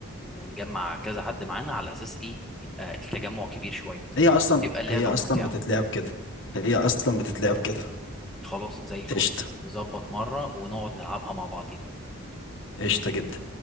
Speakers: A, in the centre; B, on the left.
A: ونجمع كذا حد معانا على اساس ايه تبقى التجمع كبير شويه
B: هي اصلا
A: وتبقى اللعبه
B: هي اصلا
A: ممتعه
B: بتتلعب كده هي اصلا بتتلعب كده
A: خلاص زي الفل
B: قشطه
A: نظبط مره ونقعد نلعبها مع بعضين
B: قشطه جدا